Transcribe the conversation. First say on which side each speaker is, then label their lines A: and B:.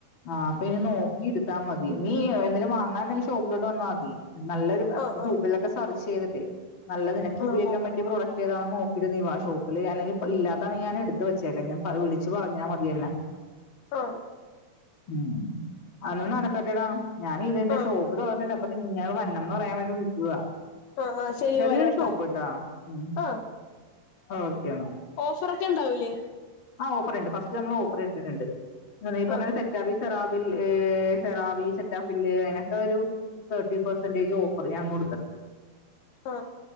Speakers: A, on the left (about 30°); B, on the left (about 70°).
A: ആഹ് അപ്പം ഇനി നോക്കി ഇടുത്താ മതി നീ എന്തേലും വാങ്ങാനുണ്ടെങ്കി ഷോപ്പിലോട്ട് വന്നാ മതി നല്ലൊരു അത്
B: ആഹ്
A: നീ ഗൂഗിളിലൊക്കെ
B: ആഹ്
A: സെർച്ച് ചെയ്തിട്ടേ നല്ലത് നിനക്ക്
B: ആഹ്
A: ഉപയോഗിക്കാൻ
B: നോക്കാം
A: പറ്റിയ പ്രോഡക്റ്റ് ഏതാണെന്ന് നോക്കീട്ട് നീ വാ ഷോപ്പില് അല്ലെങ്കി ഇപ് ഇല്ലാത്താണെങ്കി ഞാൻ എടുത്തു വെച്ചേക്കാം ഞാൻ പ വിളിച്ച് പറഞ്ഞാ മതി എന്നെ
B: <unintelligible>
A: ഉം അന്നാ നടക്കട്ടെടാ ഞാൻ ഇതെന്റെ
B: ആഹ്
A: ഷോപ്പ് തൊറന്നിട്ടുണ്ട് അപ്പൊ നിങ്ങള് വരണം ന്ന് പറയാൻ വേണ്ടി വിളിച്ചതാ.
B: ആഹ് ആഹ് ശരി
A: ചെറിയൊരു
B: വരാട്ടോ
A: ഷോപ്പ്ട്ടാ ഉം
B: ആഹ്
A: ഓക്കെന്നാ.
B: ഓഫറൊക്കെ ഇണ്ടാവൂലേ?
A: ആഹ്, ഓഫറിണ്ട്. ഫസ്റ്റ് നമ്മൾ ഓഫർ ഇട്ടിട്ടുണ്ട്. ഈ പറഞ്ഞ
B: ആഹ്
A: സെറ്റാ പീസ്. സെറാവിൽ, ഏഹ് സെറാവി, സെറ്റാഫില് അയനൊക്കെരു. തേർട്ടി പെർസെന്റേജ് ഓഫർ ഞാൻ കൊടുത്തത്
B: ആ